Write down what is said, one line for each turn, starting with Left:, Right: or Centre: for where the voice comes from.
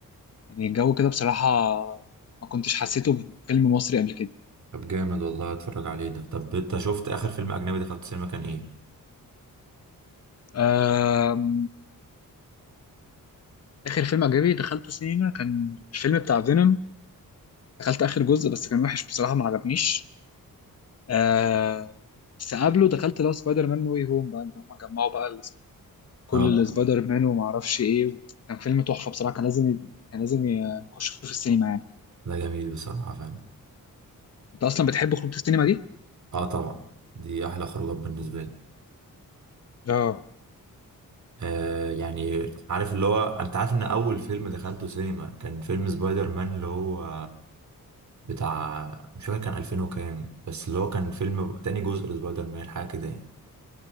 Left: يعني الجو كده بصراحة ما كنتش حسيته في فيلم مصري قبل كده
Right: طب جامد والله أتفرج عليه ده طب أنت شفت آخر فيلم أجنبي دخلته سينما كان إيه؟
Left: آم، آخر فيلم أجنبي دخلته سينما كان الفيلم بتاع فينوم دخلت آخر جزء بس كان وحش بصراحة ما عجبنيش آه، بس قبله دخلت لو سبايدر مان نو واي هوم بقى لما جمعوا بقى كل
Right: آه
Left: السبايدر مان وما اعرفش ايه كان فيلم تحفه بصراحه كان لازم ي- كان لازم يخش في السينما يعني
Right: ده جميل بصراحة فعلا
Left: انت اصلا بتحب خروج السينما دي
Right: آه طبعا دي أحلى خروجات بالنسبة لي
Left: اه
Right: آه يعني عارف اللي هو أنت عارف إن أول فيلم دخلته سينما كان فيلم سبايدر مان اللي هو بتاع مش فاكر كان 2000 وكام بس اللي هو كان فيلم تاني جزء لسبايدر مان حاجة كده يعني